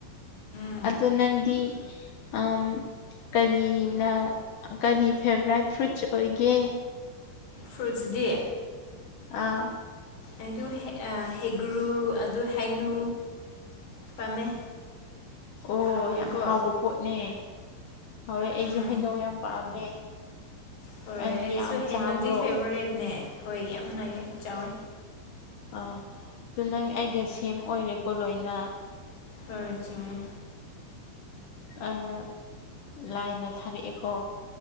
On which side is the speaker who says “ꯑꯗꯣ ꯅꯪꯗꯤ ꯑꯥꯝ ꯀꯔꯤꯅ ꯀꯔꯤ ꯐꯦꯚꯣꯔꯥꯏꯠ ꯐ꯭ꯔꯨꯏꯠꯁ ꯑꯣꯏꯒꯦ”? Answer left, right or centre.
Left